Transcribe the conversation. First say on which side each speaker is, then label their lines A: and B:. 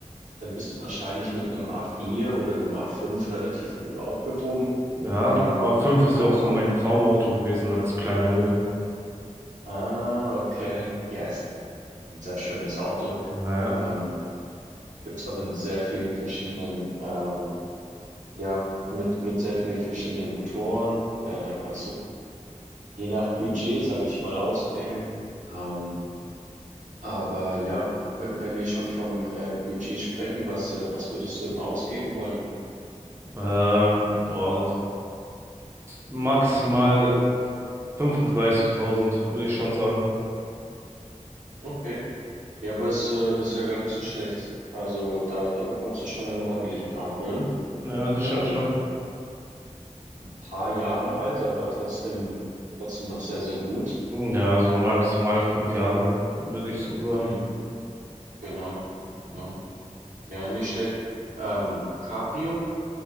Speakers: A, on the right; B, on the right.
A: dann bist du wahrscheinlich mit einem A4 oder einem A5 relativ gut aufgehoben.
B: Ja,
A: Ähm,
B: a fünf
A: kommt
B: ist
A: drauf
B: ja auch so
A: an.
B: mein Traumauto gewesen als kleiner Junge.
A: Ah, okay. Ja, ist ein sehr schönes Auto.
B: Naja.
A: Ähm, gibt es auch in sehr vielen verschiedenen, ähm, ja, mit, mit sehr vielen verschiedenen Motoren. Äh, da kannst du je nach Budget, sage ich mal, auswählen. Ähm, aber ja, w- wenn wir schon vom äh, Budget sprechen, was, äh, was würdest du denn ausgeben wollen?
B: Ähm, boah, das maximal 35.000 würde ich schon sagen.
A: Okay. Ja, aber ist, äh, das ist ja gar nicht so schlecht. Also da, da bekommst du schon einen ordentlichen A5.
B: Ja, das stimmt
A: Ähm,
B: schon.
A: paar Jahre alt, aber trotzdem, trotzdem noch sehr, sehr gut.
B: Ja, so maximal
A: Ähm,
B: fünf Jahre, würde ich so sagen.
A: mhm, genau, genau. Ja, nicht schlecht. Ähm, Cabrio